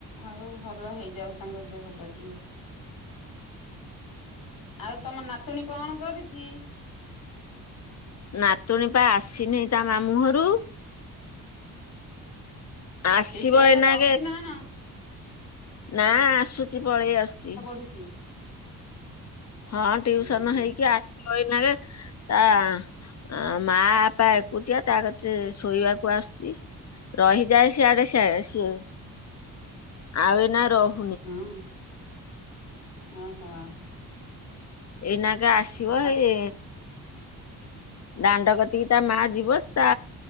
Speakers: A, on the left; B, on the left.
A: ଆଉ ଭଲ ହେଇଯାଉ ତାଙ୍କ ଦେହ ଟା ଟିକେ। ଆଉ ତମ ନାତୁଣୀ କଣ କରୁଚି?
B: ନାତୁଣୀ ପା ଆସିନେଇ ତା ମାମୁଁ ଘରୁ। ଆସିବ
A: ସେ ସେଆଡେ
B: ଏଇନାକେ
A: ରହୁଛି ନା କଣ?
B: ନା ଆସୁଚି ପଳେଇ ଆସୁଚି।
A: ଚି।
B: ହଁ ଟିଉସନ
A: ହୁଁ
B: ହେଇକି ଆସିବ ଏଇନାକେ। ତା ମା ପା ଏକୁଟିଆ ତା କତିରେ ଶୋଇବାକୁ ଆସୁଚି। ରହିଯାଏ ସିଆଡ଼େ ସିଆଡ଼େ ସିଏ ଆଉ ଏଇନା ରହୁ
A: ହୁଁ ଓହୋ।
B: ଏଇନାକେ ଆସିବ
A: ଆ
B: ହେଇ ଦାଣ୍ଡ କତିକି ତା ମା ଯିବ ତା